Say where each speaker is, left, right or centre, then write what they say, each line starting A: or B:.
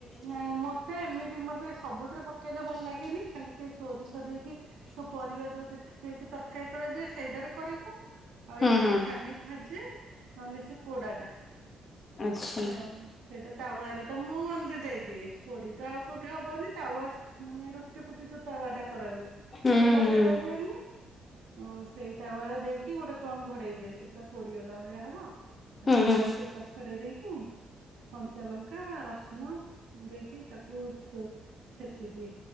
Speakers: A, on the right; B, on the left.
A: ନାଇଁ ମତେ ଏମିତି ମତେ ସବୁଥିରେ ପକେଇଲେ ଭଲ ଲାଗେନି ଖାଲି ସେଇ ସୋରିଷ ଦେଇକି। ସବୁ ପରିବା ଯୋଉ ଦେଖି ଦେଇକି ତରକାରୀ କରାଯାଏ ସେଇଟାରେ କରେ ମୁଁ। ଆଉ
B: ହୁଁ
A: ଏମିତି
B: ହୁଁ
A: ଖାଲି ଭାଜେ ନ ହେଲେ ସେ ପୋଡା ଟା।
B: ଆଚ୍ଛା
A: ହ ସେଇଟା ତା ୱାରେ। ତ ମୁଁ ଏମିତି ଦେଇଦିଏ ପୋଡି ତ ଆଉ କୋଉଠି ହବନି ତାୱା ମାନେ ରୁଟି ଫୁଟି ଯଉ ତାୱା ଟା। କରା ହୁଏ
B: ହୁଁ
A: ତେଲ ସେଇଟା
B: ହୁଁ
A: ହୁଏନି। ଉଁ ସେଇ ତାୱା ରେ ଦେଇକି ଗୋଟେ କଣ ଘୋଡେଇ ଦିଏ ସେ ପୁରା ପୋଡିଗଲା ଭଳିଆ ହବ। ତାପରେ
B: ହୁଁ ହୁଁ
A: ତାକୁ ଚୋପା ଛଡେଇ ଦେଇକି କଞ୍ଚା ଲଙ୍କା ରସୁଣ। ମୁ ଦେଇକି ତାକୁ ଛୁ ଛେଚି ଦିଏ